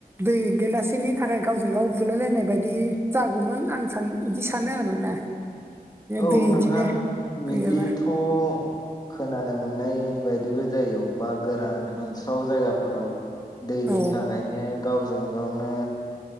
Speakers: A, on the right; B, on the left.
A: दै गेलासेनि थाखाय गावजों गाव बुलायलायनाय बायदि जागौमोन आं सान इदि सानो आरोना।
B: औ
A: दै बिदिनो
B: नोंथां बिदिथ'
A: गैयाबा
B: खोनानो मोननाय बायदिबो जायो अबबा गोरान रानस्राव जायगाफोराव दैनि
A: औ
B: थाखायनो गावजों गावनो